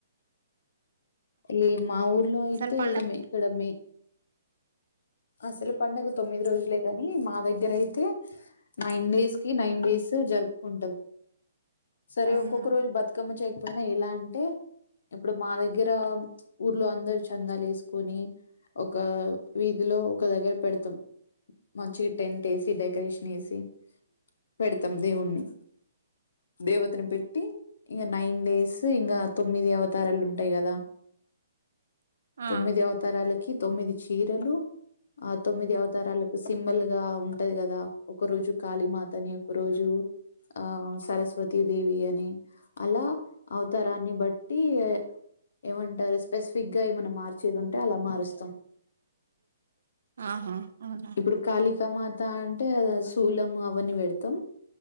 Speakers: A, on the left (about 55°); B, on the right (about 55°).
A: ఇలీ మా ఊర్లో యితే
B: అసలు పండగ
A: ఏమే కడమే అసలు పడుగ తొమ్మిది రోజులే కాని మా దగ్గర అయితే నైన్ డేస్ కి నైన్ డేస్ జరుపుకుంటాం సరే
B: అవునా
A: ఒక్కొక్క రోజు బతుకమ్మ చేయకపోయినా ఎలా అంటే ఇప్పుడు మా దగ్గర దగ్గర ఊర్లో అందరు చందాలు వేసుకొని ఒక ఇదిలో ఒక దగ్గర పెడతాం మంచిగా టెంట్ వేసి డెకరేషన్ వేసి పెడతాం దేవుణ్ణి దేవతను పెట్టి ఇంకా నైన్ డేస్ ఇంకా తొమ్మిది అవతారాలు ఉంటాయి కదా
B: ఆ
A: తొమ్మిది అవతారాలకి తొమ్మిది చీరలు ఆ తొమ్మిది అవతారాలకు సింబల్ గా ఉంటది కదా ఒక రోజు కాళీమాత అని ఒక రోజు ఆ సరస్వతీ దేవి అని అలా అవతరాన్ని బట్టి ఏమంటారు స్పెసిఫిక్గా ఏమన్నా మార్చేది ఉంటే అలా మారుస్తాం
B: ఆహా అవునా
A: ఇప్పుడు కాళిక మాత అంట్ టే శూలము, అవన్నీ పెడతాం.